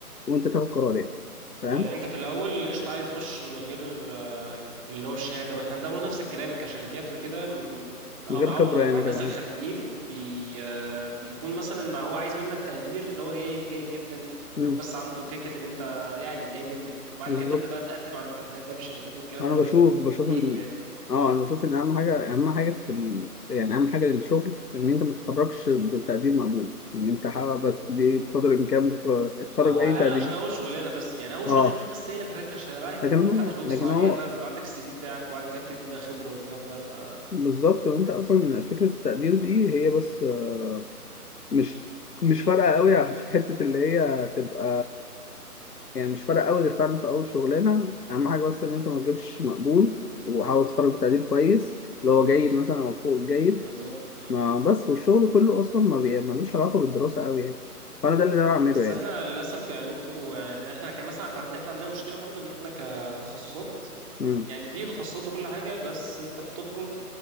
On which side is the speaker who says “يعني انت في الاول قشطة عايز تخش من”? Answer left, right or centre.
Right